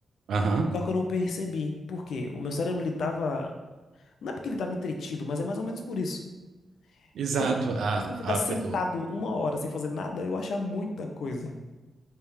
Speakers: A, on the right; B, on the left.
A: Aham.
B: Só que eu não percebi. Por quê? O meu cérebro, ele tava. Não é porque ele tava entretido, mas é mais ou menos por isso.
A: Exato.
B: E eu não-
A: A,
B: e se eu
A: a,
B: ficar sentado
A: pe- o-
B: uma hora sem fazer nada, eu vou achar muita coisa.